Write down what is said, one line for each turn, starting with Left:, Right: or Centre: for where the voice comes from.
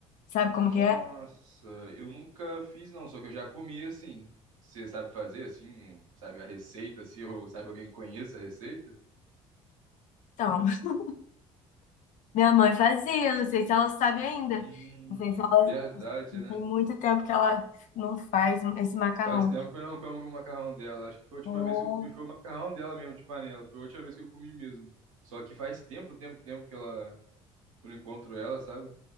Left: Sabe
Right: Nossa,
Left: como que é?
Right: eu nunca fiz, não, só que eu já comi assim. Você sabe fazer, assim, sabe a receita, assim, ou sabe alguém que conheça a receita?
Left: Então, <laughs> minha mãe fazia, não sei se ela sabe ainda.
Right: Hum,
Left: Não sei se ela
Right: verdade, né?
Left: Tem muito tempo que ela não faz esse macarrão.
Right: Faz tempo que eu não como com o macarrão dela. Acho que foi a última
Left: Ô,
Right: vez que eu comi, foi o macarrão dela mesmo, de panela. Foi a última vez que eu comi mesmo. Só que faz tempo, tempo, tempo que ela, que eu não encontro ela, sabe?